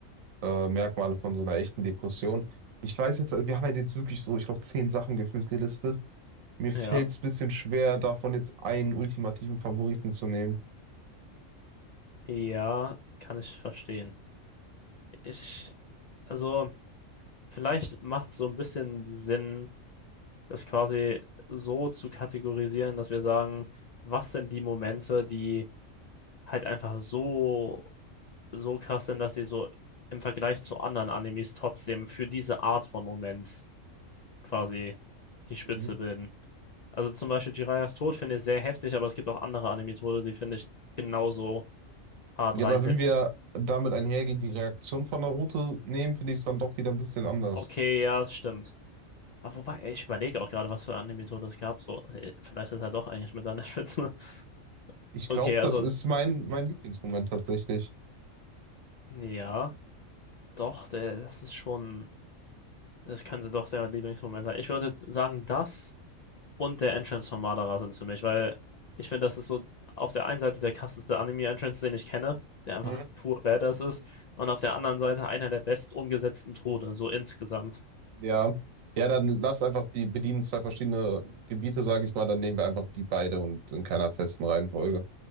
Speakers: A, on the right; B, on the left.
A: äh, Merkmale von so einer echten Depression. Ich weiß jetzt, wir haben ja jetzt wirklich so, ich glaube, zehn Sachen gefühlt gelistet. Mir fällt
B: Ja,
A: es ein bisschen schwer, davon jetzt einen ultimativen Favoriten zu nehmen.
B: ja, kann ich verstehen. Ich, also, vielleicht macht es so ein bisschen Sinn das quasi so zu kategorisieren, dass wir sagen, was sind die Momente, die halt einfach so, so krass sind, dass die so im Vergleich zu anderen Animes trotzdem für diese Art von Moment quasi die Spitze
A: Mhm.
B: bilden. Also zum Beispiel Jiraiya's Tod finde ich sehr heftig, aber es gibt auch andere Anime-Tode, die finde ich genauso hart
A: Ja,
B: reinhitten.
A: aber wenn wir damit einhergehen, die Reaktion von Naruto nehmen, finde ich es dann doch wieder ein bisschen anders.
B: Okay, ja, es stimmt. Aber wobei, ey, ich überlege auch gerade, was für Anime-Tode es gab. So, ey, vielleicht ist er doch eigentlich mit an der Spitze. <laughs>
A: Ich glaube,
B: Okay, also,
A: das ist mein, mein Lieblingsmoment tatsächlich.
B: ja. Doch, der, das ist schon, das könnte doch der Lieblingsmoment sein. Ich würde sagen, das und der Entrance von Madara sind es für mich, weil ich finde, das ist so auf der einen Seite der krasseste Anime-Entrance, den ich kenne, der einfach
A: Mhm.
B: pur Badass ist, und auf der anderen Seite einer der best umgesetzten Tode, so insgesamt.
A: Ja. Ja, dann lass einfach die bedienen zwei verschiedene Gebiete, sage ich mal, dann nehmen wir einfach die beide und in keiner festen Reihenfolge.